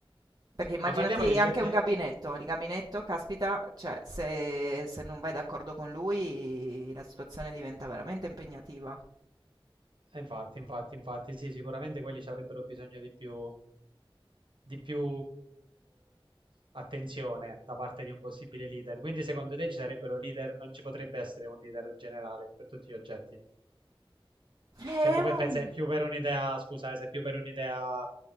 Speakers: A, on the right (about 45°); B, on the right (about 60°).
A: Perché immaginati
B: Ma parliamo di oggetti,
A: anche un gabinetto, il gabinetto, caspita, cioè se, se non vai d'accordo con lui la situazione diventa veramente impegnativa.
B: Eh, Infatti, infatti, infatti, sì, sicuramente quelli ci avrebbero bisogno di più, di più attenzione da parte di un possibile leader. Quindi, secondo te ci sarebbero leader? Non ci potrebbe essere un leader generale per tutti gli oggetti?
A: Eh,
B: Cioè, tu pe-
A: um,
B: pensi è più per un'idea, scusa, eh, se è più per un'idea